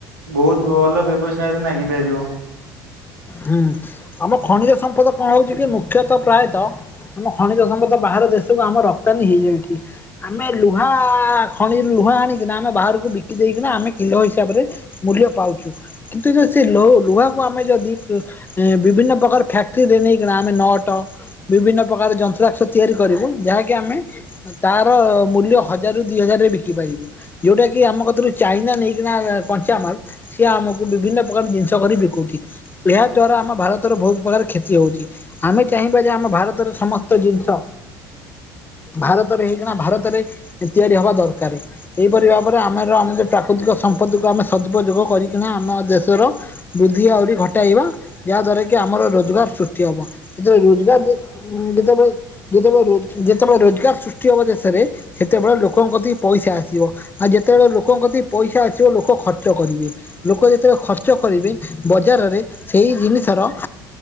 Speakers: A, on the right (about 75°); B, on the left (about 20°).
A: ବହୁତୁ ଭଲ ବ୍ୟବସାୟରେ ନାଗି ପାରିବ।
B: ହୁଁ ଆମ ଖଣିଜ ସମ୍ପଦ କଣ ହଉଛି କି ମୁଖ୍ୟତ ପ୍ରାୟତ ଆମ ଖଣିଜ ସମ୍ପଦ ବାହାର ଦେଶକୁ ଆମ ରପ୍ତାନୀ ହେଇଯାଉଚି। ଆମେ ଲୁହା ଖଣି ଲୁହା ଆଣିକିନା ଆମେ ବାହାରକୁ ବିକି ଦେଇକିନା ଆମେ କିଲୋ ହିସାବରେ ମୂଲ୍ୟ ପାଉଛୁ କିନ୍ତୁ ଯଦି ସେ ଲୋ ଲୁହାକୁ ଆମେ ଯଦି ଉ ବିଭିନ୍ନ ପ୍ରକାର ଫ୍ୟାକ୍ଟରୀରେ ନେଇ ଆମେ ନଅଟ ବିଭିନ୍ନ ପ୍ରକାର ଯନ୍ତ୍ରାକ୍ଷ ତିଆରି କରିବୁ ଯାହାକି ଆମେ ତାର ମୂଲ୍ୟ ହଜାରରୁ ଦି ହଜାରରେ ବିକି ପାରିବୁ। ଯୋଉଟା କି ଆମ କତିରୁ ଚାଇନା ନେଇକିନା କଞ୍ଚାମାଲ ସିଏ ଆମକୁ ବିଭିନ୍ନ ପ୍ରକାର ଜିନିଷ କରି ବିକୁଚି। ଏହା ଦ୍ଵାରା ଆମ ଭାରତର ବହୁତ ପ୍ରକାର କ୍ଷତି ହଉଚି। ଆମେ ଚାହିଁବା ଯେ ଆମ ଭାରତରେ ସମସ୍ତ ଜିନିଷ ଭାରତରେ ହେଇକିନା ଭାରତରେ ତିଆରି ହବା ଦରକାରେ। ଏହିପରି ଭାବରେ ଆମର ଆମେ ଯଉ ପ୍ରାକୃତିକ ସମ୍ପତିକୁ ଆମେ ସଦୁପଯୋଗ କରିକିନା ଆମ ଦେଶର ବୃଦ୍ଧି ଆହୁରି ଘଟ ଟାଇବା ଯାହା ଦ୍ଵାରା କି ଆମର ରୋଜଗାର ସୃଷ୍ଟି ହବ ଯେତଳେ ରୋଜଗାର ଯେତେବେଳେ ଯେତେବେଳେ ରୋଜ ଯେତେବେଳେ ରୋଜଗାର ସୃଷ୍ଟି ହବ ଦେଶରେ ସେତେବେଳେ ଲୋକଙ୍କ କତିକୁ ପଇସା ଆସିବ। ଆଉ ଯେତେବେଳେ ଲୋକଙ୍କ କତିକୁ ପଇସା ଆସିବ ଲୋକ ଖର୍ଚ୍ଚ କରିବେ। ଲୋକ ଯେତେବେଳେ ଖର୍ଚ୍ଚ କରିବେ ବଜାରରେ ସେଇ ଜିନିଷର